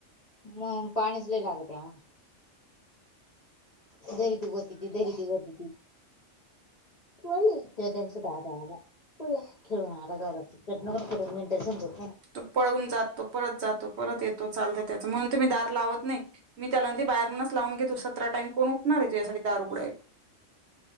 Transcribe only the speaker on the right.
तो पळून जाततो पळत जात तो परत येतो चालतय त्याच म्हूनन तर मी दार लावत नइ. मी त्याला जे बाहेरूनच लावून घेतो सतरा टाईम कोण उ णारय तुझ्यासाठी दार उघडाय